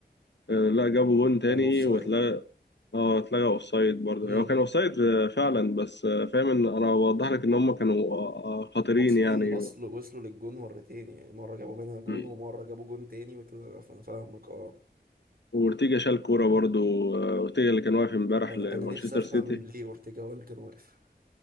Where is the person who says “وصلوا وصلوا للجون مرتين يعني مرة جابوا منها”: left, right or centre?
Right